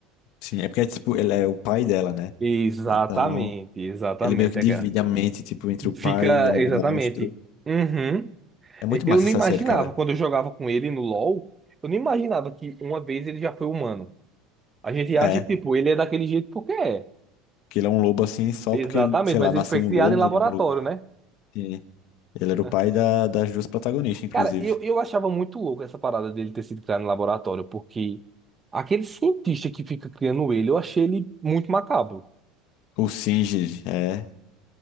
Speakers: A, on the left; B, on the right.
A: sim, é porque tipo, ele é o pai dela, né?
B: Exatamente,
A: Então,
B: exatamente.
A: ele meio que divide
B: É, cara.
A: a mente, tipo, entre o pai
B: Fica,
A: e o
B: exatamente.
A: monstro.
B: Uhum.
A: É muito
B: Eu
A: massa
B: não
A: essa
B: imaginava,
A: série, cara.
B: quando eu jogava com ele no LoL, eu não imaginava que uma vez ele já foi humano. A gente acha
A: É,
B: que, tipo, ele é daquele jeito porque é.
A: que ele é um lobo assim, só
B: Exatamente,
A: porque, ele, sei lá,
B: mas
A: nasceu
B: ele foi
A: um
B: criado
A: lobo
B: em laboratório,
A: em algum lugar.
B: né?
A: Sim. Ele era o
B: <laughs>
A: pai da, das duas protagonistas, inclusive.
B: Cara, eu, eu achava muito louco essa parada dele ter sido criado em laboratório, porque aquele cientista que fica criando ele, eu achei ele muito macabro.
A: O Singed, é.